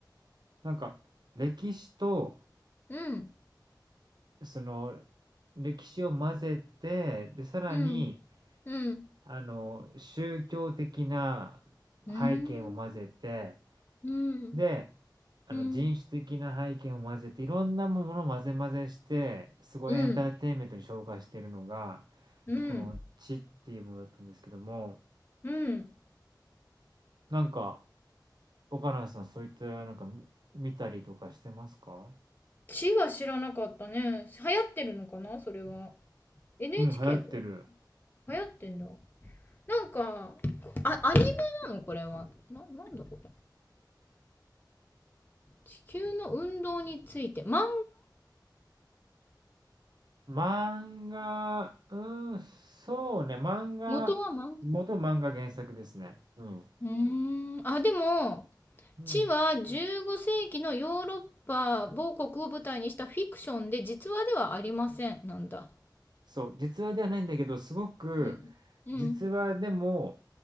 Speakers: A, on the right (about 65°); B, on the left (about 25°).
A: なんか歴史と
B: うん。
A: その歴史を混ぜて、で、さらに、
B: うん。うん。
A: あの、宗教的な背景も混ぜて、
B: うん。うん。
A: で、あの、
B: うん。
A: 人種的な背景も混ぜて、いろんなものを混ぜ混ぜして、すごいエンターテインメントに昇華してるのが、
B: うん。うん。
A: この「地」っていうものだったんですけども、
B: うん。
A: なんか、若菜さんそういったなんか見たりとかしてますか？
B: 地は知らなかったね。流行ってるのかなそれは。NHK
A: うん、流行ってる。
B: これ。流行ってんだ。なんか、あ、アニメなのこれは。な、なんだこれ。地球の運動について。漫画
A: 漫画、うん、そうね、漫画、
B: 元は漫画
A: 元漫画原作ですね。うん。
B: うーん。あ、でも、
A: うん。
B: 地は15世紀のヨーロッパ某国を舞台にしたフィクションで実話ではありませんなんだ。
A: そう、実話ではないんだけど、すごく、
B: うん。うん。
A: 実話でも